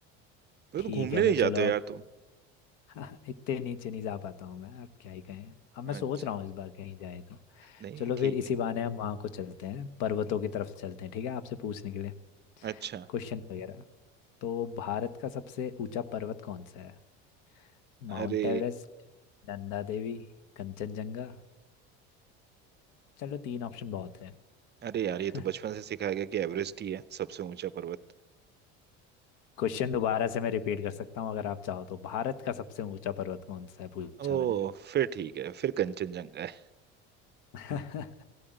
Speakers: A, on the right; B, on the left.
A: तो,
B: ठीक
A: तो घूमने
B: है
A: नहीं
B: फिर
A: जाते
B: चलो
A: यार
B: अब
A: तुम
B: <laughs> इतने नीचे नहीं जा पाता हूँ मैं अब क्या ही कहें अब
A: अच्छा
B: मैं सोच रहा हूँ इस बार कहीं जाए तो
A: नहीं
B: चलो
A: ठीक
B: फिर इसी
A: है
B: बहाने हम वहाँ को चलते हैं पर्वतों की तरफ चलते हैं ठीक है आपसे पूछने के लिए
A: अच्छा
B: क्वेश्चन वगैरह तो भारत का सबसे ऊंचा पर्वत कौन सा है
A: अरे
B: Mount Everest Nanda Devi Kanchenjunga चलो तीन ऑप्शन बहुत है
A: अरे यार ये
B: <laughs>
A: तो बचपन से सिखाया गया कि एवरेस्ट ही है सबसे ऊंचा पर्वत
B: क्वेश्चन दोबारा से मैं रिपीट कर सकता हूँ अगर आप चाहो तो भारत का सबसे ऊंचा पर्वत कौन सा है पूछा
A: ओ
B: मैंने
A: फिर ठीक है फिर कंचनजंगा है
B: <laughs>